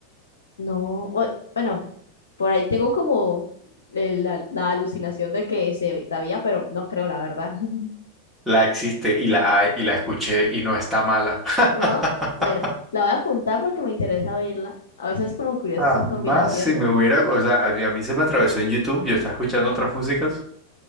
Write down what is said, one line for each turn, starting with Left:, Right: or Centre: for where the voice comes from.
Left: no, o- bueno, por ahí tengo como eh, la, la alucinación de que se sabía, pero no creo la verdad. <laughs>
Centre: La existe y la hay y la escuché y no está mala. <laughs>
Left: No, bueno, la voy a apuntar porque me interesa oírla. A veces es como curioso
Centre: Jamás
Left: esas combinaciones.
Centre: si me hubiera, o sea, a mí, a mí se me atravesó en YouTube, yo estaba escuchando otras músicas,